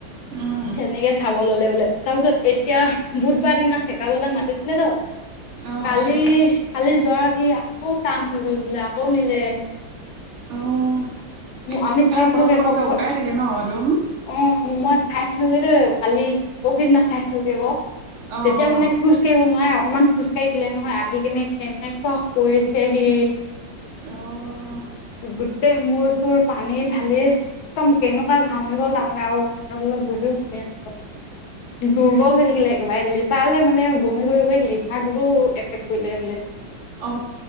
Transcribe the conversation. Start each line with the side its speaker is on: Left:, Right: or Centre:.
Right: উম,
Left: সেনেকে চাব ল'লে বোলে। তাৰ পিছত এতিয়া বুধবাৰ দিনা চেকাবলে মাতিছিলে তো
Right: অ',
Left: কালি কালি যোৱা ৰাতি আকৌ টান হৈ গ'ল বোলে আকৌ নিলে।
Right: অ',
Left: আমি চাইছিলোগে
Right: এ পতক পটককে
Left: মই ঘৰত
Right: উকাই থাকে ন একদম।
Left: অ মই চাইছিলো গৈ কালি পৰসী দিনা চাইছিলো গৈ আকৌ।
Right: অ', অ',
Left: তেতিয়া মানে খোজ কাঢ়িব নোৱাৰে। অকমান খোজকাাঢ়ি দিলে নহয়, আহি কেনে কেনেকুৱা কৰিছেহি।
Right: অ',
Left: গোটেই মূৰ চোৰ পানী ঢালি একদম কেনেকুৱা ঘাম। ঘামি গ'ল তাৰমানে আৰু ফেন তলত বহিও ঘামি আছিলোঁ দুৰ্বল হৈ থাকিলে, একেবাৰে লিটাৰ যে মানে বমি কৰি কৰি লিভাৰটোৰো এফেক্ট কৰিলে বোলে।
Right: অ'